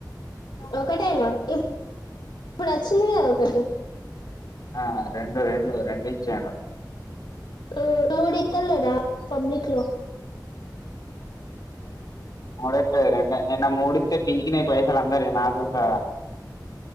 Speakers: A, on the left (about 85°); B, on the left (about 60°).
A: ఒకటేనా ఇ ఇప్పుడు వచ్చింది కదా ఒకటి
B: ఆ రెండు రెండు రెండు ఇచ్చాను
A: ఆ మూడు ఇత్తాను లేనా పబ్లిక్ లో
B: ముడెక్కడివి రెండే నిన్న మూడిస్తే పీకిినయి పైసలు అందరివి నాతో సహా